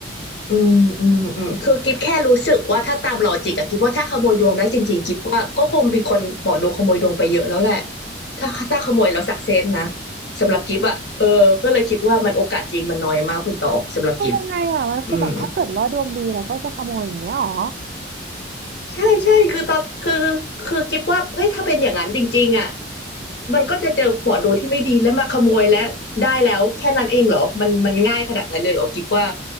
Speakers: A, on the left (about 65°); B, on the right (about 55°).
A: อืมอืมอืมคือกิฟแค่รู้สึกว่าถ้าตามลอจิกอะกิฟว่าถ้าขโมยดวงได้จริงๆกิฟว่าก็คงมีคนหมอดูขโมยดวงไปเยอะแล้วแหละถ้าถ้าขโมยแล้วสักเซนนะสำหรับกิฟอะเออก็เลยคิดว่ามันโอกาสจริงมันน้อยมากคุณตองสำหรับกิฟ
B: คือยังไงอ่ะมันคือแบบถ้าเกิดว่าดวงดีเราก็จะขโมยอย่างเงี้ยหรอ
A: อืมใช่ใช่คือตอนคือคือกิฟว่าเฮ้ยถ้าเป็นอย่างนั้นจริงๆอะมันก็จะเจอหมอดูที่ไม่ดีแล้วมาขโมยและได้แล้วแค่นั้นเองเหรอมันมันง่ายขนาดนั้นเลยเหรอกิฟว่า